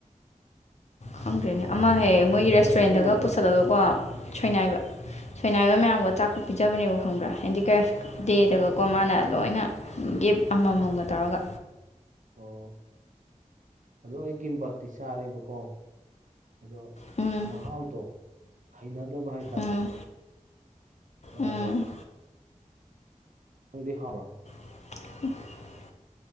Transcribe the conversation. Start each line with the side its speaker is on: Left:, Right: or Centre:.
Left: ꯈꯪꯗ꯭ꯔꯦꯅꯦ ꯑꯃ ꯍꯦꯛ ꯃꯣꯏꯒꯤ
Right: ꯑꯗꯣ
Left: ꯔꯦꯁꯇꯨꯔꯦꯟꯗꯒ
Right: ꯑꯩ ꯀꯤꯝꯕꯛ
Left: ꯄꯨꯁꯜꯂꯒꯀꯣ ꯁꯣꯏꯅꯥꯏꯕ ꯁꯣꯏꯅꯥꯏꯕ ꯃꯌꯥꯝꯒ ꯑ ꯆꯥꯛꯄ ꯄꯤꯖꯕꯅꯦꯕ ꯈꯪꯕ꯭ꯔꯥ ꯍꯦꯟꯗꯤꯀ꯭ꯔꯦꯐ <unintelligible> ꯃꯥꯅ ꯂꯣꯏꯅ ꯒꯤꯞ ꯑꯃꯃꯝꯒ ꯇꯧꯔꯒ
Right: ꯑꯣ ꯑꯗꯨꯗꯣ ꯑꯩꯒꯤꯕꯥꯇꯤ ꯆꯥꯔꯦꯕꯀꯣ ꯑꯗꯣ
Left: ꯎꯝ
Right: ꯃꯍꯥꯎꯗꯣ ꯍꯩꯅꯗꯕ ꯍꯥꯏꯇꯥꯔꯦ
Left: ꯎꯝ
Right: <unintelligible>
Left: ꯎꯝ
Right: ꯎꯪꯗꯤ ꯍꯥꯕ꯭ꯔꯥ
Left: <unintelligible> <unintelligible>